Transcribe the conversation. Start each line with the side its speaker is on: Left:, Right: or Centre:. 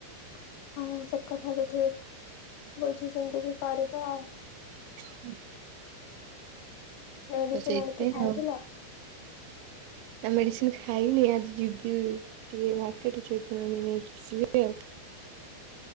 Left: । ହଁ ସେ କଥା ବି ଠିକ। ବୁଝି ଯେମିତି କିି କରିବା ଆଉ।
Right: <inaudible>
Left: ମେଡିସିନ
Right: ତ ସେଇଥିପାଇଁ
Left: ଆଣିକି ଖାଇଥିଲ।
Right: ଆଉ ନା ମେଡିସିନ ଖାଇନି ଆଜି ଯିବି ଟିକେ ମାର୍କେଟ ନେଇ ଯିବି ଆଉ <unintelligible>